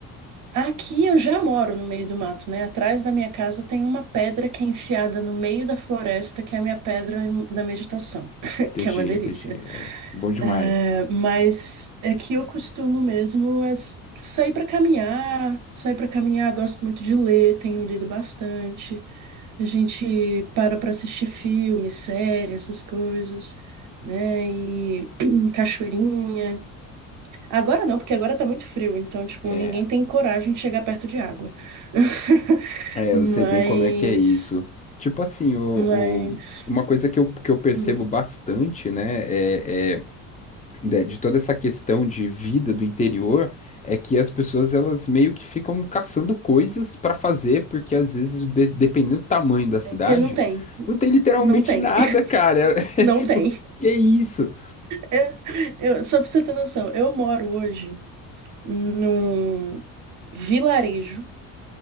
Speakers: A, on the right (about 50°); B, on the left (about 20°).
A: Aqui eu já moro no meio do mato, né? Atrás da minha casa tem uma pedra que é enfiada no meio da floresta, que é a minha pedra da meditação, <laughs>
B: Entendi,
A: que é uma delícia.
B: entendi. É, bom demais.
A: É, mas é que eu costumo mesmo é s- sair para caminhar, sair para caminhar, gosto muito de ler, tenho lido bastante. A gente para para assistir filme, série, essas coisas, né? E <clears throat> cachoeirinha. Agora não, porque agora tá muito frio, então, tipo,
B: é
A: ninguém tem coragem de chegar perto de água. <laughs>
B: É,
A: Mas,
B: eu sei bem como é que é isso. Tipo assim, o,
A: mas,
B: o- uma coisa que eu, que eu percebo
A: hum,
B: bastante, né, é, é de, de toda essa questão de vida do interior, é que as pessoas elas meio que ficam caçando coisas pra fazer, porque às vezes, de- dependendo do tamanho da cidade,
A: é porque não tem,
B: não tem literalmente
A: não tem,
B: nada,
A: <laughs>
B: cara. <laughs> É,
A: não
B: tipo,
A: tem.
B: que isso?
A: É, eu, só pra você ter noção, eu moro hoje num vilarejo